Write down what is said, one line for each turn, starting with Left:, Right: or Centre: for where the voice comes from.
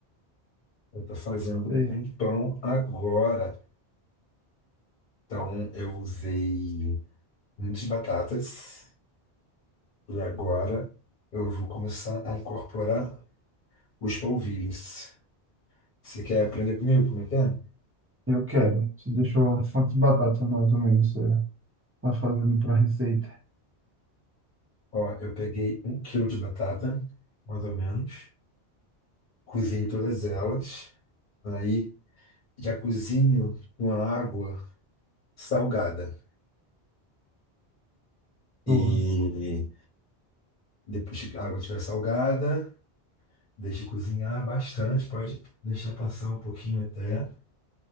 Left: Eu tô fazendo
Right: É,
Left: um pão agora. Então, eu usei muitas batatas e agora eu vou começar a incorporar os polvilhos. Você quer aprender comigo como é que é?
Right: eu quero. Você deixou quantas batatas mais ou menos você tá fazendo pra receita?
Left: Ó, eu peguei um quilo de batata, mais ou menos, cozinhei todas elas, aí já cozinho com a água salgada. E
Right: Boa.
Left: depois que a água estiver salgada, deixe cozinhar bastante, pode deixar passar um pouquinho até.